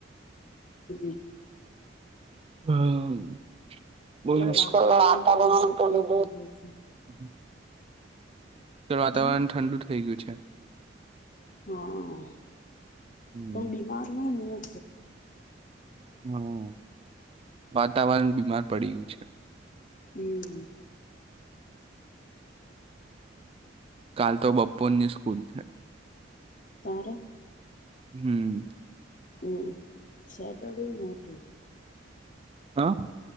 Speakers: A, on the left (about 45°); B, on the right (about 30°).
A: <unintelligible>
B: હમ. બશ
A: વાતાવરણ પેલું બહુ
B: <unintelligible>
A: એ થઈ ગયું છે
B: વાતાવરણ
A: હમ
B: ઠંડુ થઈ ગયું છે.
A: હા
B: હમ
A: પણ બીમાર હોય ને <unintelligible>
B: હમ. વાતાવરણ બીમાર પડીયુ છે.
A: હમ.
B: કાલ તો બપોરની સ્કૂલ છે.
A: તારે
B: હમ્મ
A: હમ્મ સેટરડે ને એટલે.
B: હ અ.